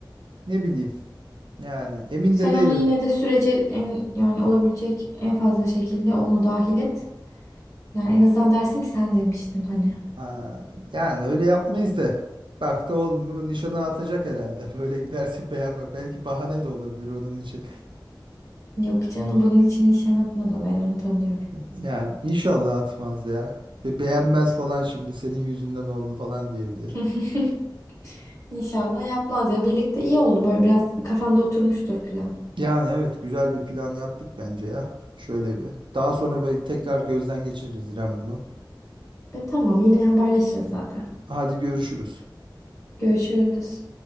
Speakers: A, on the right; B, on the left.
A: ne bileyim. Yani emin
B: Sen
A: de değilim.
B: onu yine de sürece en yani olabilecek en fazla şekilde onu dahil et. Yani en azından dersin ki sen demiştin hani.
A: Ha, yani öyle yapmayız da. Bak da olmuyor. Nişanı atacak herhalde. <laughs> Böyle giderse beğenme. Belki bahane de olabilir onun için.
B: Yok canım bunun için nişan atmaz o. Ben onu tanıyorum.
A: Yani inşallah atmaz ya. Ve beğenmez falan şimdi senin yüzünden oldu falan diyebilir.
B: <laughs> İnşallah yapmaz ya. Birlikte iyi oldu böyle biraz kafanda oturmuştur plan.
A: Yani evet güzel bir plan yaptık bence ya. Şöyle bir. Daha sonra belki tekrar gözden geçiririz İrem bunu.
B: E tamam yine haberleşiriz zaten.
A: Hadi görüşürüz.
B: Görüşürüz.